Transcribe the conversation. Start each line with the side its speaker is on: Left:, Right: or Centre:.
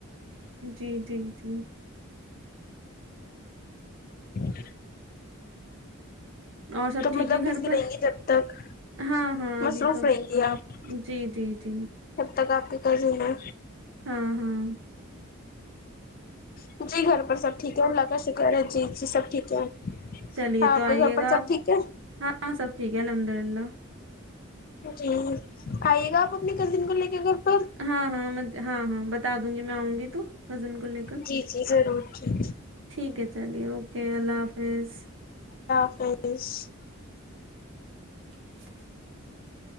Right: جی جی جی
Left: ج
Right: اور سب ٹھیک
Left: مطلب
Right: ہے گھر
Left: بزی
Right: پر
Left: رہیں گی جب تک
Right: ہاں ہاں ابھی
Left: مصروف
Right: تو
Left: رہیں گی آپ
Right: جی جی جی
Left: جب تک آپ کی کزن ہے
Right: ہاں ہاں
Left: تجھے گھر پر سب ٹھیک ہے ال للہ کا شک کر جی ج سب ٹھیک ہے
Right: چلیے
Left: ہاں آپ
Right: تو
Left: کے
Right: آئیے
Left: گھر پر
Right: گا
Left: سب ٹھیک ہے
Right: آپ ہاں سب ٹھیک ہے لم مرلہ
Left: جی آئیے گا آپ اپنی کزن کو لے کے پر
Right: ہاں ہاں میں ہاں ہاں بتا دوں گی میں آؤں گی تو کزن کو لے کر
Left: جی جی ضرور جی
Right: ٹھیک ہے چلیے اوکے اللہ حافظ
Left: فرانس
Right: ہاں